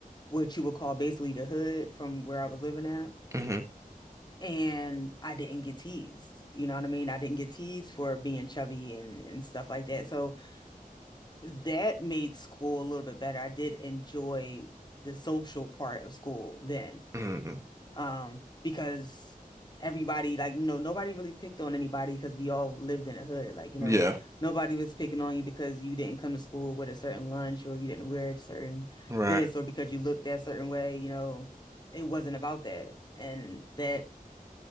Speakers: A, on the left; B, on the right.
A: what you would call basically the hood from where I was living at.
B: mm-hmm
A: And I didn't get teased. You know what I mean? I didn't get teased for being chubby and, and stuff like that. So that made school a little bit better. I did enjoy the social part of school then.
B: mm-hmm
A: um, because everybody like no nobody really picked on anybody because we all lived in a hood. Like, you
B: yeah
A: know, nobody was picking on you because you didn't come to school with a certain lunch or you didn't wear a certain
B: right
A: this or because you looked that certain way, you know. It wasn't about that. And that